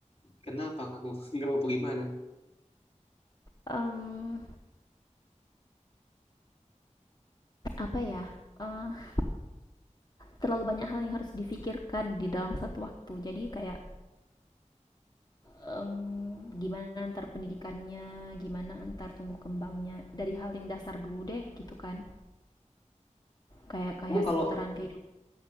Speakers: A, on the left; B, on the left.
A: kenapa kamu <laughs> nggak mau gimana?
B: Um, apa ya, eee terlalu banyak hal yang harus difikirkan di dalam satu waktu jadi kayak em, gimana antar pendidikannya gimana antar tumbuh kembangnya dari hal yang dasar dulu deh gitu kan kayak kayak
A: Kamu kalau
B: seputaran kehidupan